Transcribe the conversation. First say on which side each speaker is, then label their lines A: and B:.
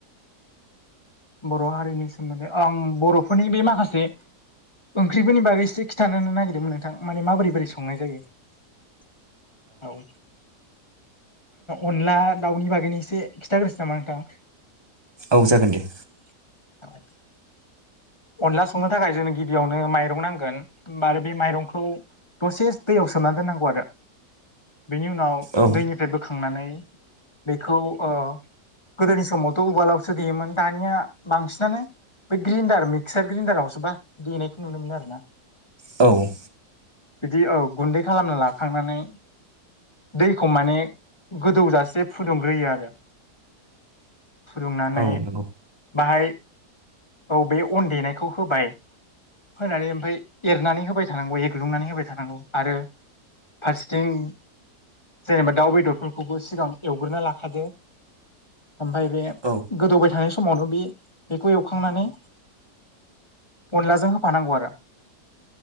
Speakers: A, on the left; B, on the right.
A: बर' हारिनि सोमोन्दै आं बर'फोरनि बे माखासे ओंख्रिफोरनि बागैसो खिथानो नों नागिरदोंमोन नोंथां माने माबोरै बोरै स संनाय जायो औ अनला दाउनि बागैनो एसे खिन्थाग्रोसै नामा नोंथां?
B: औ जागोन दे
A: <inaudible> अनला संनो थाखाय जोंनो गिबियावनो माइरं नांगोन। होमबा आरो बे माइरंखौ दसे दैयाव सोमनानै दोननांगौ आरो। बेनि उनाव
B: औ
A: दैनिफ्राय बोखांनानै बेखौ ओ गोदोनि समावथ' उवालावसो देयोमोन दानिया बांसिनानो बै ग्रिनडार मि मिक्सार ग्रेन्डारावसो बा देनायखौ नुनो मोनो आरो ना।
B: औ
A: बिदि औ गुन्दै खालामना लाखांनानै दैखौ माने गोदौजासे फुदुंग्रोयो आरो फुदुंनानै
B: औ नंगौ
A: बाहाय औ बे अन देनायखौ होबाय फोनानै ओमफाय एरनानै होबाय थानांगौ एग्लुंनानै होबाय थानांगौ आरो फारसेथिं जेनेबा दाउ बेदरफोरखौबो सिगां एवग्रोना लाखादो ओमफाय बे
B: औ
A: गोदौबाय थानाय समावनो बे बेखौ एवखांनानै अनलाजों होफानांगौ आरो